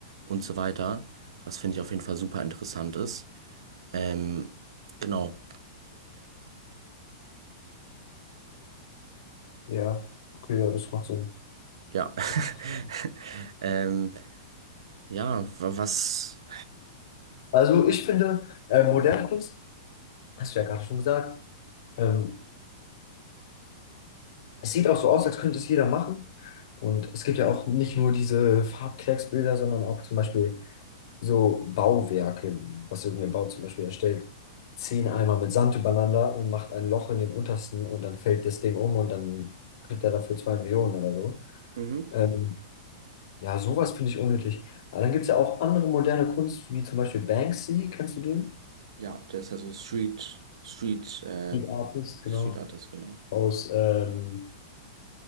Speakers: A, on the right; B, on the left.
A: und so weiter. Was finde ich auf jeden Fall super interessant ist. Ähm, genau,
B: Ja, okay, ja, das macht Sinn.
A: ja.
B: Das klingt-
A: <laughs> ähm, ja, wa- was.
B: Also ich finde, äh, moderne Kunst, hast du ja gerade schon gesagt, ähm, es sieht auch so aus, als könnte es jeder machen. Und es gibt ja auch nicht nur diese Farbklecksbilder, sondern auch zum Beispiel so Bauwerke, was irgendein Bau zum Beispiel erstellt, zehn Eimer mit Sand übereinander und macht ein Loch in den untersten und dann fällt das Ding um und dann kriegt er dafür zwei Millionen oder so.
A: Mhm.
B: Ähm, ja, sowas finde ich unnötig. Aber dann gibt es ja auch andere moderne Kunst, wie zum Beispiel Banksy, kennst du den?
A: Ja, der ist ja so Street, Street, äh,
B: Street Artist, genau.
A: Street Artist, genau.
B: Aus, ähm,